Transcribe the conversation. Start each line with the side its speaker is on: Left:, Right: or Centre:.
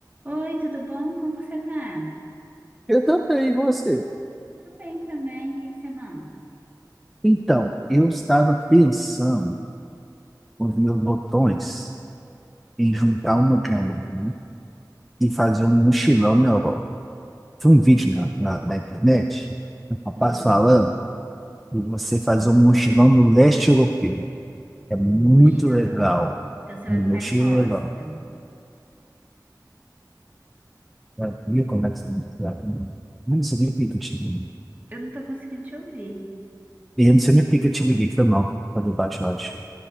Right: Oi, tudo bom? Como que você tá?
Centre: Eu também, e você?
Right: Tô bem também. O que que você manda?
Centre: Então, eu estava pensando, quando vi os botões, em juntar uma graninha e fazer um mochilão na Europa. Tem um vídeo na, na, na internet, um rapaz
Right: Hum,
Centre: falando de você fazer um mochilão no leste europeu. É
Right: mochilão.
Centre: muito legal.
Right: Então você
Centre: Um
Right: vai ficar
Centre: mochilão.
Right: em hostel.
Centre: Já viu como é que você me Eu não sei nem por que eu te liguei.
Right: Eu não tô conseguindo te ouvir.
Centre: Eu não sei nem por que eu te liguei, foi mal. Falei baixo, baixo.